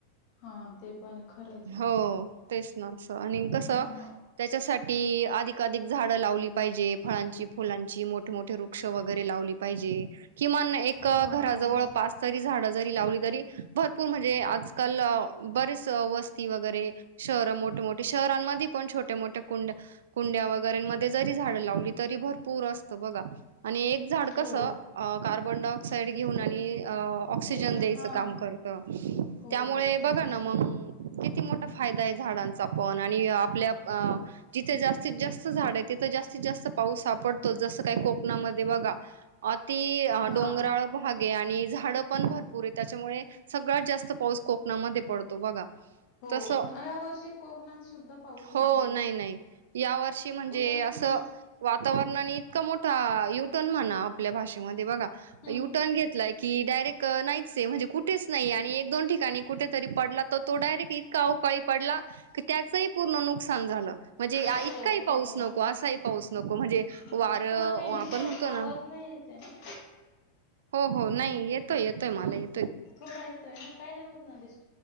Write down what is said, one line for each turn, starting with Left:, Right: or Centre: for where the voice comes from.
Left: हा ते पण ए खरये
Right: हो तेच ना असं आणि कसं
Left: हम्म
Right: त्याच्यासाठी अधिकाधिक झाडं लावली पाईजे. फळांची फुलांची मोठे मोठे वृक्ष वगैरे लावली पाईजे किमान नाय एक
Left: हा
Right: घराजवळ पाच तरी झाड लावली तरी भरपूर म्हणजे आजकाल बरेच वस्ती वगेरे शहर मोठ ठे मोठे शहरांमधी पण छोटे मोट्या कुंड्या कुंड्या वगैरेमधे जरी झाड लावली तरी भरपूर सत बगा आणि एक झाड कस
Left: हो
Right: अ कार्बन डायक्साइड घेऊन आणि अ ऑक्सिजन
Left: एक
Right: द्यायचं
Left: हा
Right: काम करत
Left: हो
Right: त्यामुळे
Left: बरोबर
Right: बगा ना मंग किती मोटा फायदाये झाडांचा पण आणि आपल्याप अ जिते जास्तीत जास्त झाडयेत तिथ जास्तीत जास्त पाऊस हा पडतोच जसं काय कोकणामध्ये बघा अ ती अ
Left: हा
Right: डोंगराळ भाग ये आणि झाड पण भरपूर ये त्याच्यामुळे सगळ्यात जास्त पाऊस कोक ना मध्ये पडतो बघा
Left: हो
Right: तस
Left: पण या वर्षी कोकणात सुद्धा पाऊस
Right: हो
Left: बरं
Right: नाही नाही या वर्षी म्हणजे
Left: कुठंच
Right: असं-
Left: नाही
Right: वातावरणानी आणि इतका मोठा यूटर्न म्हणा- मध्ये बघा
Left: हम्म
Right: यूटर्न घेतलाय, की डायरेक्ट नाहीचेय म्हणजे कुठेच नाही आणि एक दोन ठिकाणी कु- कुठतरी पडला तर तो डायरेक्ट इतका अवकाळी पडला की त्याचही पूर्ण नुकसान झालं. म्हणजे आं
Left: हो
Right: इतकाही पाऊस
Left: खरं आहे
Right: नको असाही पाऊस नको म्हणजे
Left: हम्म
Right: वारं
Left: तुम्हाला काही डिस्टर्ब
Right: आपण म्हणतो नां
Left: आवाज नाही येते ना
Right: हो हो नाई येतोय येतोय मला ये
Left: थोडा येतोय नां काही नाय होत म्हंणलीस